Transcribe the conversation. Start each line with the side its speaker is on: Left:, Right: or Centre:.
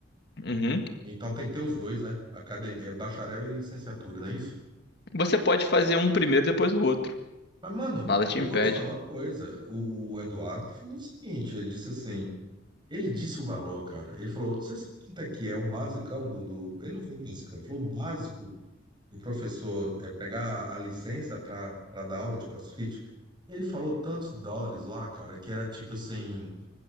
Left: Uhum.
Right: Então tem que ter os dois, né? Academia, é bacharel e licenciatura, não é isso?
Left: Você pode fazer um primeiro depois o outro.
Right: Mas, mano,
Left: Nada te
Right: eu
Left: impede.
Right: vou te falar uma coisa. O, o Eduardo falou o seguinte, ele disse assim, ele disse o valor, cara. Ele falou, você sabe quanto é que é o basicão do, do... Ele não falou basicão, ele falou o básico o professor eh, pegar a licença para para dar aula de CrossFit, ele falou tantos dólares lá, cara, que era tipo assim,